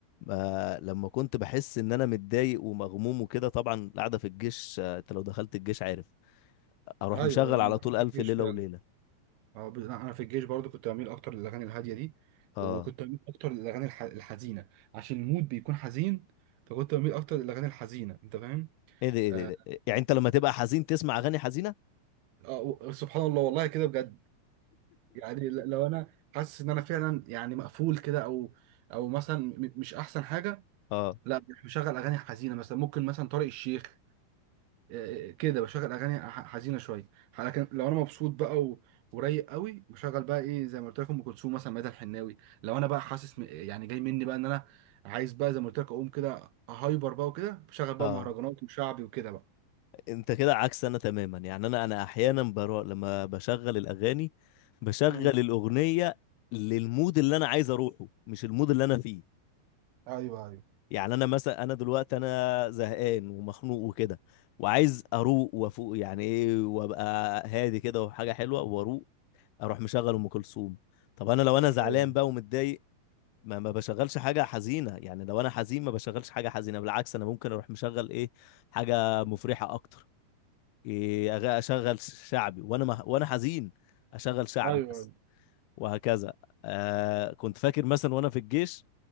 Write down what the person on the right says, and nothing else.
ايوه
ايوه انا
دخلت
الجيش
فعلا
أه ب- انا في الجيش برضو كنت بميل اكتر للاغاني الهاديه دي
وكنت بميل اكتر للاغاني الح... الحزينه عشان المود بيكون حزين فكنت بميل اكتر للاغاني الحزينه انت فاهم
آه...
آه... و- سبحان الله والله كده بجد يعني ل- لو انا حاسس ان انا فعلا يعني مقفول كده او او مثلا م- مش احسن حاجه
لا مش مشغل اغاني حزينه مثلا ممكن مثلا طارق الشيخ آه، كده بشغل اغاني ح- حزينه شويه لكن لو انا مبسوط بقى و... ورايق قوي بشغل بقى ايه زي ما قلت لكم ام كلثوم مثلا ميادة الحناوي لو انا بقى حاسس م... يعني جاي مني بقى ان انا عايز بقى زي ما قلت لك اقوم كده هايبر بقى وكده بشغل بقى
مهرجانات وشعبي وكده بقى
مم.
ايوه ايوه
ايوه
ايوه
ايوه